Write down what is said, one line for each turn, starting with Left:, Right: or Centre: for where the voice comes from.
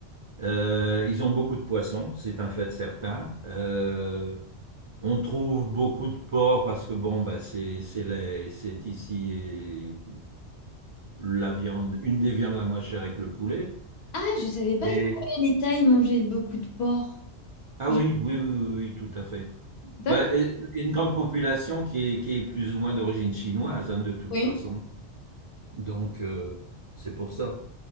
Right: Euh, ils ont beaucoup de poissons, c'est un fait certain. Euh, on trouve beaucoup de porc parce que bon, bah c'est c'est la- c'est ici et la viande, une des viandes la moins chère avec le poulet.
Left: Ah, je savais pas
Right: Et...
Left: que les Thaïs mangeaient beaucoup de porc.
Right: Ah
Left: Je-
Right: oui, oui, oui, oui, oui, tout à fait.
Left: D'accord,
Right: Bah, et- et une grande population qui est, qui est plus ou moins d'origine chinoise, hein, de toute
Left: oui.
Right: façon. Donc, euh, c'est pour ça.